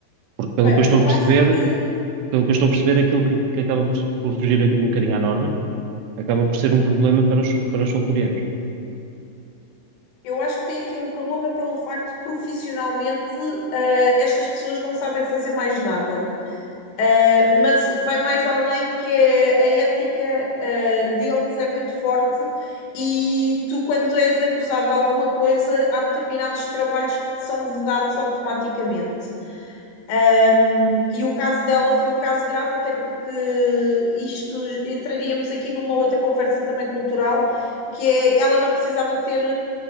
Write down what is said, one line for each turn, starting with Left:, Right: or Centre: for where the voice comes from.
Right: Porque pelo que eu estou
Left: Eu
Right: a perceber.
Left: acho que
Right: Pelo que eu estou a perceber, aquilo que, que acaba por, por fugir um bocadinho à norma acaba por ser um problema para os, para os sul-coreanos.
Left: Eu acho que tem aqui um problema pelo facto de profissionalmente eh, estas pessoas não sabem fazer mais nada. Eh, mas vai mais além que é a ética eh, deles é muito forte e tu, quando és acusado de alguma coisa, há determinados trabalhos que te são vedados automaticamente. Eh, e o caso dela foi um caso grave, até porque isto entraríamos aqui numa outra conversa também cultural, que é ela não precisava ter